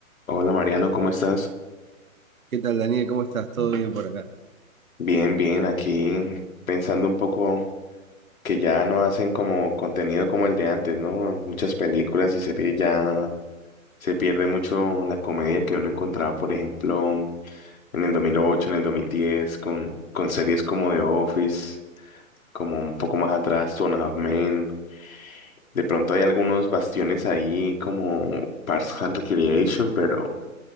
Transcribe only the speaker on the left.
Hola Mariano, ¿cómo estás?
Bien, bien, aquí pensando un poco que ya no hacen como contenido como el de antes, ¿no? Muchas películas y series ya se pierde mucho la comedia que uno encontraba, por ejemplo, en el 2008, en el 2010, con, con series como The Office, como un poco más atrás, Two and a Half Men. De pronto hay algunos bastiones ahí como Parks and Recreation, pero...